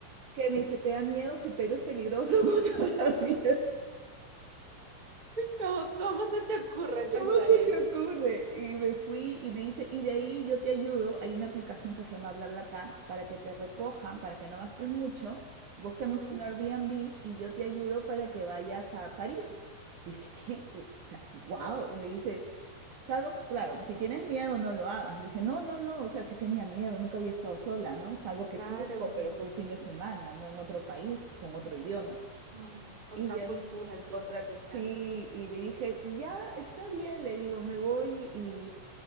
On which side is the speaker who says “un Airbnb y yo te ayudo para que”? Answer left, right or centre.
Right